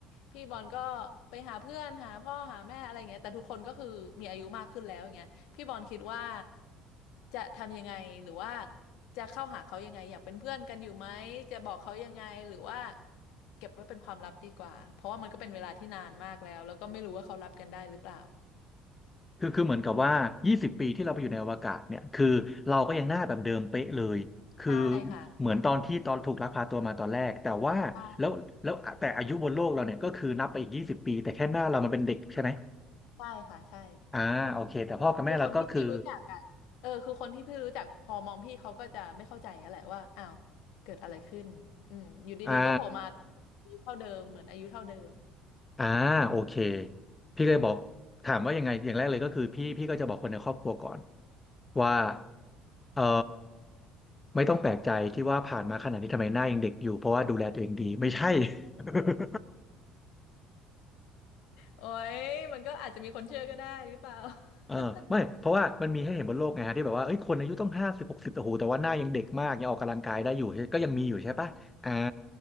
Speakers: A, on the left; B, on the left.
A: พี่บอลก็ไปหาเพื่อนหาพ่อหาแม่อะไรอย่างเงี้ยแต่ทุกคนก็คือมีอายุมากขึ้นแล้วอย่างเงี้ยพี่บอลคิดว่าจะทำยังไงหรือว่าจะเข้าหาเขายังไงอยากเป็นเพื่อนกันอยู่ไหมจะบอกเขายังไงหรือว่าเก็บไว้เป็นความลับดีกว่าเพราะว่ามันก็เป็นเวลาที่นานมากแล้วแล้วก็ไม่รู้ว่าเขารับกันได้หรือเปล่า
B: คือคือเหมือนกับว่า20ปีที่เราไปอยู่ในอวกาศเนี่ย คือเราก็ยังหน้าแบบเดิมเป๊ะเลย คือ
A: ใช่ค่ะ
B: เหมือนตอนที่ตอนถูกลักพาตัวมาตอนแรก แต่ว่าแล้วแล้วแต่อายุบนโลกเราเนี่ยก็คือนับไปอีก20ปีแต่แค่หน้าเรามันเป็นเด็กใช่ไหม
A: ใช่ใช่ค่ะใช่
B: อ่าโอเคแต่พ่อกับแม่เราก็คือ
A: คือคนที่พี่รู้จักอ่ะเออคือคนที่พี่รู้จักพอมองพี่เขาก็จะไม่เข้าใจอะแหละว่าอ้าวเกิดอะไรขึ้นอืมอยู่ดีๆก็โผล่มา
B: อ่า
A: อายุเท่าเดิมเหมือนอายุเท่าเดิม
B: อ่าโอเคพี่เลยบอกถามว่ายังไงอย่างแรกเลยก็คือพี่พี่ก็จะบอกคนในครอบครัวก่อนว่าเออไม่ต้องแปลกใจที่ว่าผ่านมาขนาดนี้ทำไมหน้ายังเด็กอยู่เพราะว่าดูแลตัวเองดีไม่ใช่ <laughs>
A: โอ้ยมันก็อาจจะมีคนเชื่อก็ได้หรือเปล่า <laughs>
B: เออไม่เพราะว่ามันมีให้เห็นบนโลกไงฮะที่แบบว่าเอ้ยคนอายุต้องห้าสิบหกสิบโอ้โหแต่ว่าหน้ายังเด็กมากยังออกกำลังกายได้อยู่ก็ยังมีอยู่ใช่ปะอ่า